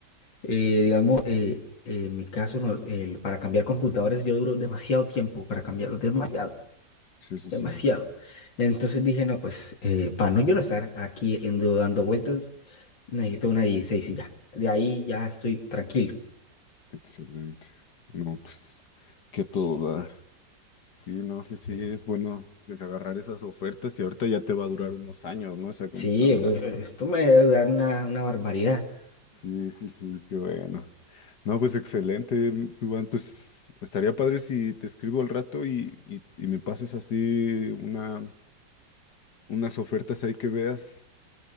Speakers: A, on the left; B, on the left.
A: eh, digamos, eh, en mi caso, no, el- para cambiar computadores yo duro demasiado tiempo, para cambiarlos demasiado
B: Sí, sí,
A: demasiado.
B: sí,
A: Entonces dije, no, pues eh, para no yo no estar aquí haciendo, dando vueltas, necesito una 16 y ya. De ahí ya estoy tranquilo.
B: excelente. No, pues, que todo da. Sí, no, sí, sí, es bueno desagarrar esas ofertas y ahorita ya te va a durar unos años, ¿no? Esa computadora.
A: Sí, pues, esto me debe durar una, una barbaridad.
B: Sí, sí, sí, qué bueno. No, pues excelente, mm, Iván. Pues estaría padre si te escribo al rato y, y- y me pases así una, unas ofertas ahí que veas